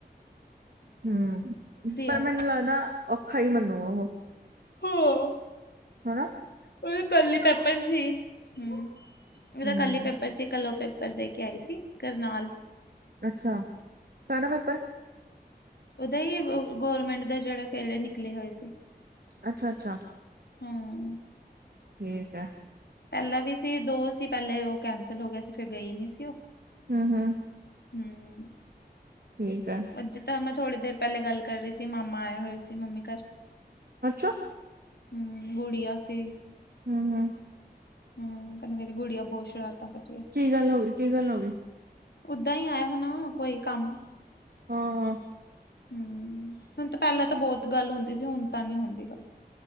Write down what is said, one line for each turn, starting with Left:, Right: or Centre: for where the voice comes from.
Right: ਹਮ ਪਰ
Left: ਆ
Right: ਮੈਨੂੰ ਲੱਗਦਾ ਔਖਾ ਹੀ ਮੈਨੂੰ ਉਹ
Left: ਹਾਂ
Right: ਹਨਾ
Left: ਉਹਦੇ ਕੱਲੀ ਪੇਪਰ ਸੀ ਹਮ
Right: ਹੂੰ
Left: ਕੱਲੀ ਪੇਪਰ ਸੀ ਕੱਲ ਉਹ ਪੇਪਰ ਦੇ ਕੇ ਆਈ ਸੀ ਕਰਨਾਲ
Right: ਅੱਛਾ ਕਦਾ ਪੇਪਰ?
Left: ਓਦਾ ਹੀ ਗੋੌਰਮੈਂਟ ਦਾ ਜਿਹੜਾ ਕਿੜੇ ਨਿਕਲੇ ਹੋਏ ਸੀ।
Right: ਅੱਛਾ-ਅੱਛਾ
Left: ਹਾਂ
Right: ਠੀਕ ਹੈ।
Left: ਪਹਿਲਾਂ ਵੀ ਸੀ ਦੋ ਸੀ ਪਹਿਲੇ ਉਹ ਕੈਂਸਲ ਹੋ ਗਿਆ ਸੀ। ਫਿਰ ਗਈ ਨਹੀਂ ਸੀ ਉਹ।
Right: ਹਮ-ਹਮ।
Left: ਹਮ।
Right: ਠੀਕ ਏ।
Left: ਅੱਜ ਤਾਂ ਮੈਂ ਥੋੜ੍ਹੀ ਦੇਰ ਪਹਿਲੇ ਗੱਲ ਕਰ ਰਹੀ ਸੀ ਮਾਮਾ ਆਏ ਹੋਏ ਸੀ ਮੰਮੀ ਘਰ
Right: ਅੱਛਾ।
Left: ਹਮ ਗੁੜੀਆ ਸੀ।
Right: ਹਮ - ਹਮ
Left: ਹਮ ਕਹਿੰ ਕਦੀ ਗੁੜੀੀਆਂ ਬਹੁਤ ਸ਼ਰਾਰਤਾਂ ਕਰੀਏ।
Right: ਕੀ ਗੱਲ ਹੋਵੇ -ਕੀ ਗੱਲ ਹੋਵੇ
Left: ਉਓਦਾਂ ਹੀ ਆਇਆ ਹੋਣਾ ਕੋਈ ਕੰਮ।
Right: ਹਾਂ -।
Left: ਹਮ ਹੁਣ ਤਾਂ ਪਹਿਲਾਂ ਤਾਂ ਬਹੁਤ ਗੱਲ ਹੁੰਦੀ ਸੀ। ਹੁਣ ਤਾਂ ਨੀ ਹੁੰਦੀ ਗੱਲ।